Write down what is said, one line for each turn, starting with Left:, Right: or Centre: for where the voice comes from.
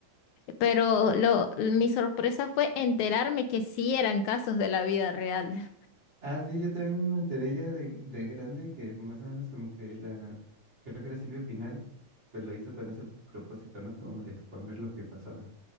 Left: pero lo, mi sorpresa fue enterarme que sí eran casos de la vida real.
Right: Ah, sí, yo también me enteré ya de, de grande que más o menos como que la, creo que era Silvia Pinal, pues lo hizo con ese propósito, ¿no? Como de exponer lo que pasaba.